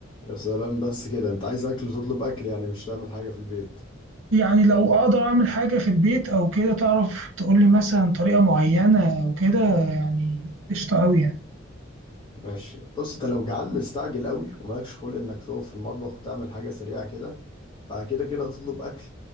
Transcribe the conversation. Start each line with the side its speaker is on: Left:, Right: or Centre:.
Left: يا سلام بس كده انت عايز اكل تطلب اكل يعني مش تعمل حاجه في البيت
Right: يعني لو اقدر اعمل حاجه في البيت او كده تعرف تقول لي مثلا طريقه معينه او كده يعني قشطه قوي يعني
Left: ماشي بص انت لو جعان مستعجل قوي ومالكش خلق انك تقف في المطبخ وتعمل حاجه سريعه كده فكده كده هتطلب اكل